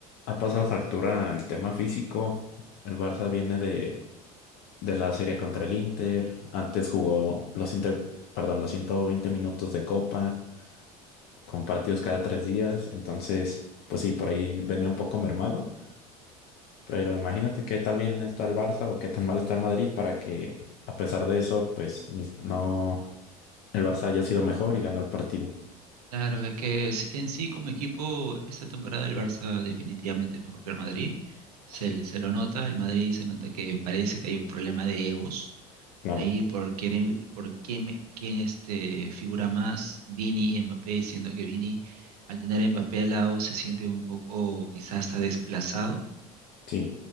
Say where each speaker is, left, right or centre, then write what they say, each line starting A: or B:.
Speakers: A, on the left; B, on the right.
A: ha pasado factura el tema físico. El Barça viene de, de la serie contra el Inter. Antes jugó los Inter, perdón, los 120 minutos de Copa, con partidos cada tres días. Entonces, pues sí, por ahí venía un poco mermado. Pero imagínate que también está el Barça o qué tan mal está el Madrid para que, a pesar de eso, pues ni- no, el Barça haya sido mejor y ganó el partido.
B: claro, es que es- en sí como equipo esta temporada el Barça definitivamente es mejor que el Madrid. Se,
A: Sí,
B: se lo nota, el Madrid se nota que parece que hay un problema de egos.
A: claro,
B: Ahí por quién, por quién, quién este, figura más, Vini, Mbappé, siendo que Vini al tener a Mbappé al lado se siente un poco quizás hasta desplazado
A: sí,